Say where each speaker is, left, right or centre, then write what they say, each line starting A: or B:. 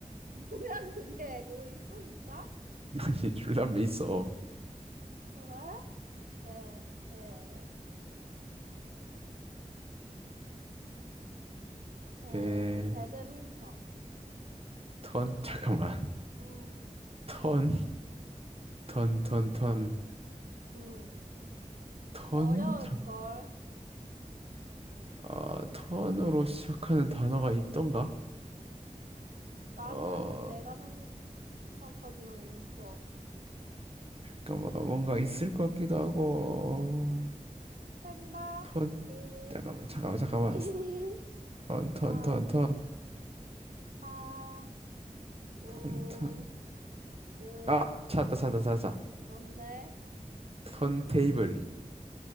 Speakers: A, on the right (about 85°); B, on the right (about 45°).
A: <laughs> 뭐야, 그게? 그거 있어, 진짜?
B: <laughs> 아니, 줄담배 있어.
A: 그래? 배, 배, 배,
B: 배,
A: 배드민턴.
B: 턴, <laughs> 잠깐만.
A: 음,
B: 턴, 턴, 턴, 턴,
A: 음,
B: 턴?
A: 이거 어려울걸?
B: 잠- 아, 턴으로 시작하는 단어가 있던가?
A: 나는
B: 어,
A: 내가 생각하기로는 없어.
B: 잠깐만, 뭔가 있을 것 같기도 하고,
A: 샌다,
B: 턴,
A: 1,
B: 잠깐만, 잠깐만, 잠깐만.
A: 2,
B: 턴, 턴,
A: 3,
B: 턴, 턴,
A: 4, 5,
B: 턴, 턴.
A: 6, 일 이, 삼, 사, 오,
B: 아,
A: 육,
B: 찾았다, 찾았다, 찾았다.
A: 칠, 뭔데?
B: 턴 테이블.